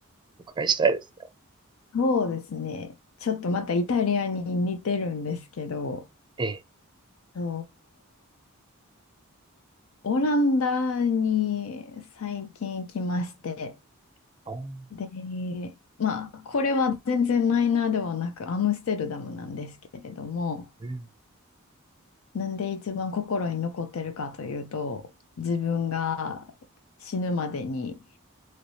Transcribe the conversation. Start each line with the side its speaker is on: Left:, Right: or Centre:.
Right: お伺いしたいですね。
Left: そうですね。ちょっとまたイタリアに似てるんですけど、
Right: ええ。
Left: とオランダに最近行きまして、
Right: あー
Left: で、まあ、これは全然マイナーではなくアムステルダムなんですけれども、
Right: うん
Left: なんで一番心に残ってるかというと、自分が死ぬまでに